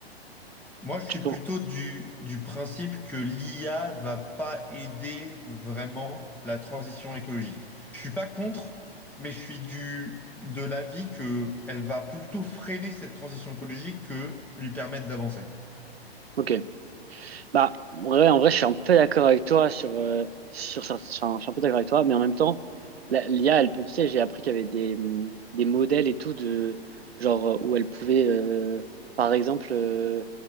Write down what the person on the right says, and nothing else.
tu
penses.
Ok. Bah, ouais, en vrai, je suis un peu d'accord avec toi sur, euh, sur certains- enfin, je suis un peu d'accord avec toi, mais en même temps, la- l'IA, elle peut, tu sais, j'ai appris qu'il y avait des, hum, des modèles et tout de, genre, euh, où elle pouvait, euh, par exemple, euh,